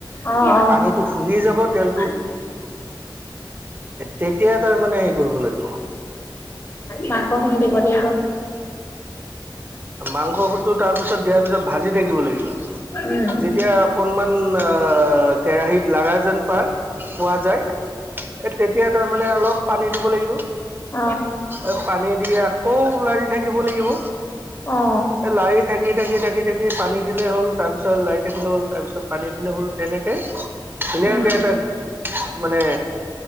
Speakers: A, on the left; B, on the right.
A: অ অ অ
B: পানীটো শুহি যাব তেল
A: <inaudible>
B: তেতিয়া তাৰ মানে হেৰি কৰিব লাগিব
A: মাংস খিনি দিব লাগিব।
B: মাংস <unintelligible> তাৰ পিছত দিয়াৰ পিছত ভাজি থাকিব লাগিব
A: উম
B: যেতিয়া অকণমান আ কেৰাহীত লাগা যেন পা পোৱা যায়, এ তেতিয়া তাৰমানানে অলপ পানী দিব লাগিব।
A: অ
B: এ পানী দিয়ে আকৌ লাৰি থাকিব লাগিব।
A: অ অ
B: এ লায়িট থাকি, থাকি, থাকি, থাকি পানী দিলে হ'ল তাৰপছত লায়ি থাকিলে হ'ল। তাৰপিছত পানী দিলে হ'ল। তেনেকে ধুনীয়াকে
A: উম
B: এটা মানে